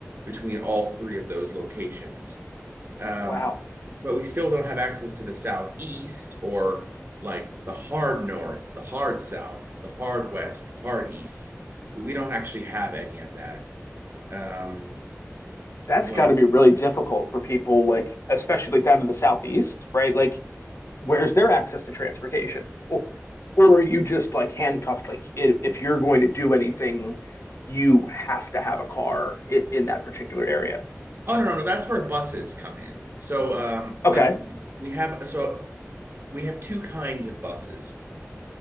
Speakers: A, on the right; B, on the left.
A: between all three of those locations. Um,
B: wow.
A: but we still don't have access to the southeast or like the hard north, the hard south, the hard west, the hard east. We don't actually have any of that. Um,
B: That's
A: like,
B: got to be really difficult for people like especially like down to the southeast, right? Like where's their access to transportation? Or, or are you just like handcuffed? Like if, if you're going to do anything, you have to have a car in, in that particular area.
A: oh no, no, no, that's where buses come in. So, um,
B: Okay.
A: like, we have so we have two kinds of buses